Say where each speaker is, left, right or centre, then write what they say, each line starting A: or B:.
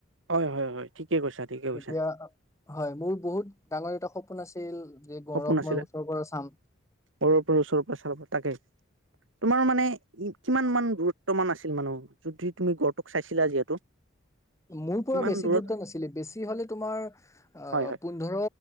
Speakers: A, on the right; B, on the left.
A: হয় হয় হয় ঠিকে কৈছা ঠিকে
B: তেতিয়া
A: কৈছা।
B: হয় মোৰ বহুত এটা সপোন আছিল। যে গড়ক
A: সপোন আছিলে,
B: মই ওচৰৰ পৰা চাম
A: সৰুৰ পৰা ওচৰৰ পৰা চাব পাম, তাকে। তোমাৰ মানে কিমান মান দূৰত্ব মান আছিল মানুহ যদি তুমি গড়টোক চাইছিলা যিহেতু।
B: মোৰ পৰা
A: কিমান
B: বেছি
A: দূৰত
B: দুৰত্ব নাছিলে, বেছি হলে তোমাৰ অহ
A: হয় হয়
B: পোন্ধৰ